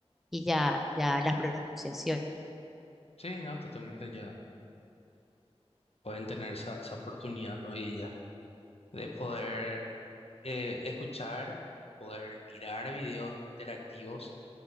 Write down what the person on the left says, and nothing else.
Sí, no, totalmente ya. pueden tener esa, esa oportunidad hoy día de poder eh, escuchar, poder mirar videos interactivos